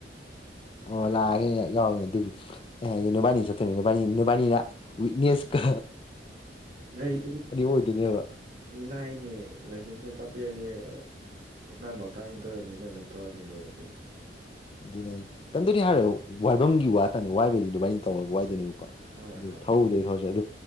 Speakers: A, on the left (about 30°); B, on the right (about 50°).
A: ꯑꯣ ꯂꯥꯛꯑꯒꯦ ꯌꯥꯎꯒꯅꯦ ꯑꯗꯨ ꯑꯩ ꯍꯥꯏꯗꯤ ꯅꯨꯕꯥꯅꯤ ꯆꯠꯇꯣꯏꯅꯤ ꯅꯨꯄꯥꯅꯤ ꯅꯨꯕꯥꯅꯤꯅ ꯋꯤꯛꯅꯦꯁꯀ
B: ꯒꯥꯔꯤꯗꯨ
A: ꯑꯣꯏꯗꯣꯏꯅꯦꯕ
B: ꯂꯥꯏꯅꯦ ꯂꯥꯏꯁꯦꯟꯁ ꯑꯃ ꯇꯛ ꯅꯨꯐꯦꯅꯦ ꯊꯣꯡꯀꯥꯟ ꯃꯇꯥ ꯏꯟꯊꯣꯔꯅꯤꯅ ꯅꯪ ꯊꯧꯔꯅꯤ ꯂꯣꯏꯔꯦ ꯀꯩꯅꯣ
A: ꯑꯗꯨꯅꯦ ꯀꯝꯗꯅꯤ ꯍꯥꯏꯔ ꯋꯥꯏꯐꯝꯒꯤ ꯋꯥꯇꯅꯤ ꯋꯥꯏꯕꯩꯗꯤ ꯑꯗꯨꯃꯥꯏꯅ ꯇꯧꯔꯒ ꯋꯥꯏꯗꯣꯏꯅꯦꯕ
B: ꯍꯣꯏ
A: ꯑꯗꯨ
B: ꯍꯣꯏ
A: ꯊꯧꯗꯦ
B: ꯑꯗꯨꯕꯨꯗꯤ
A: ꯑꯩ ꯊꯧꯔꯁꯦ ꯑꯗꯨ